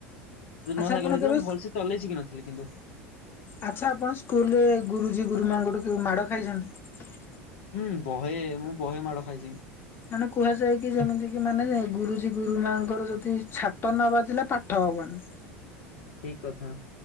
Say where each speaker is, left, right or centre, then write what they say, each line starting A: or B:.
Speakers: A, on the left; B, on the left.
A: ଯୋଉ
B: ଆଚ୍ଛା
A: ନୂଆ ସାଇକେଲ
B: ଆପଣ
A: ଆଇଥିଲା
B: କେବେ
A: ମୁଁ ଭଲସେ ଚଲେଇ ଶିଖିନଥି ଥିଲି କିନ୍ତୁ
B: ଆଚ୍ଛା ଆପଣ ସ୍କୁଲରେ ଗୁରୁଜୀ ଗୁରୁମାଙ୍କ ଠୁ କେବେ ମାଡ ଖାଇଛନ୍ତି?
A: ହୁଁ ବହେ ମୁଁ ବହେ ମାଡ ଖାଇଛି।
B: ମାନେ କୁହାଯାଏ କି ଯେମିତି କି ମାନେ ଗୁରୁଜୀ ଗୁରୁ ମାଙ୍କର ଯଦି ଛାଟ ନ ବାଜିଲା ପାଠ ହବନି।
A: ଠିକ କଥା।